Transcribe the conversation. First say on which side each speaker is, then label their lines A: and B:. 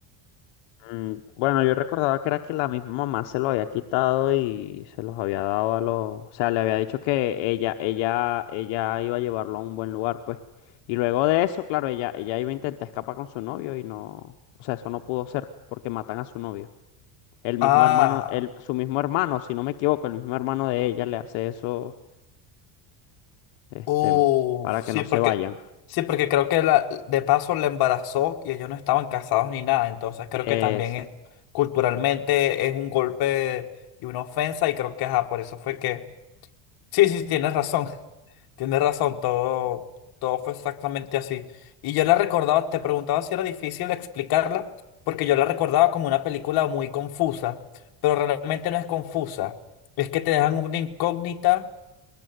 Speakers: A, on the left; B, on the left.
A: Mm, Bueno, yo recordaba que era que la misma mamá se lo había quitado y se los había dado a los, o sea, le había dicho que ella, ella, ella iba a llevarlo a un buen lugar, pues. Y luego de eso, claro, ella, ella iba a intentar escapar con su novio y no, o sea, eso no pudo ser porque matan a su novio. El mismo
B: Ah,
A: hermano, el, su mismo hermano, si no me equivoco, el mismo hermano de ella le hace eso, este,
B: uff,
A: para que
B: sí,
A: no
B: porque,
A: se vayan.
B: sí, porque creo que la, de paso la embarazó y ellos no estaban casados ni nada, entonces creo
A: Eso.
B: que también es, culturalmente es un golpe y una ofensa y creo que ajá, por eso fue que... Sí, sí, sí, tienes razón. Tienes razón, todo, todo fue exactamente así. Y yo la recordaba, te preguntaba si era difícil explicarla, porque yo la recordaba como una película muy confusa, pero realmente no es confusa. Es que te dejan una incógnita